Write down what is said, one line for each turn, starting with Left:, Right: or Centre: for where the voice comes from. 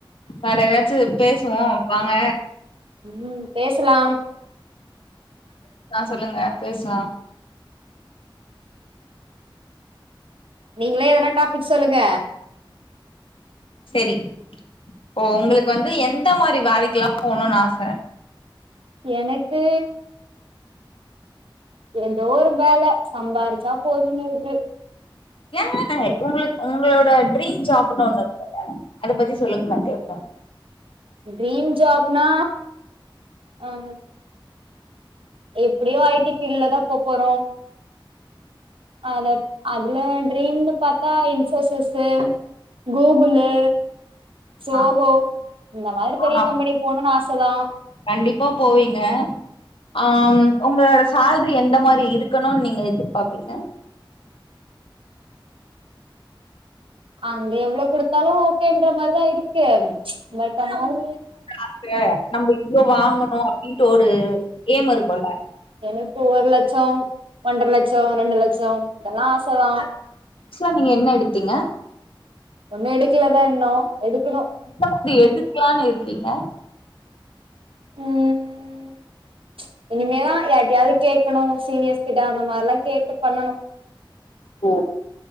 Left: வேற ஏதாச்சு பேசுவோ வாங்க
Right: ம் பேசலாம்
Left: ஆ சொல்லுங்க பேசலா
Right: நீங்களே எதனா டாபிக் சொல்லுங்க
Left: சரி ஓ உங்களுக்கு வந்து எந்த மாரி வேலைக்குல்லா போணுன்னு ஆச
Right: எனக்கு ஏதோ ஒரு வேல சம்பாரிச்சா போதுன்னு இருக்கு
Left: ஏ உங்களுக் உங்களோட ட்ரீம் ஜாப்ன்னு ஒண்ணு இருக்குல்ல அத பத்தி சொல்லுங்கள கேப்போ
Right: ட்ரீம் ஜாப்னா ஆ எப்புடியு ஐ டி ஃபீல்ட்ல தா போ போறோ அத அதுல ட்ரீம்னு பாத்தா இன்ஃபோசிஸ்ஸு கூகுள்ளு சோஹோ
Left: ஆ
Right: இந்த மாரி பெரிய
Left: ஆ
Right: கம்பெனிக்கு போணுன்னு ஆச தா
Left: கண்டிப்பா போவீங்க ஆ ம் உங்களோட சேல்ரி எந்த மாரி இருக்கணுன்னு நீங்க எதிர்பார்ப்பீங்க
Right: அங்க எவ்ளோ குடுத்தாலு ஓகேன்ற மாரிதா இருக்கு பட் அனாலு
Left: அது நம்ப இவ்ளோ வாங்கணு அப்டின்ற ஒரு ஏய்ம் இருக்குல்ல
Right: எனக்கு ஒரு லட்சோ ஒன்ற லட்சோ ரெண்டு லட்சோ இதெல்லா ஆச தா
Left: ஒன் நீங்க என்ன எடுத்தீங்க
Right: ஒண்ணு எடுக்கலதா இன்னு எடுக்குணு
Left: எந்த மாரி எடுக்லானு இருக்கீங்க <unintelligible>
Right: ம்
Left: <inaudible>
Right: இனிமேதா யார்டையாது கேட்கணு சீனியர்ஸ் கிட்ட அந்த மாரில்லா கேட்டு பண்ணணு
Left: ஓ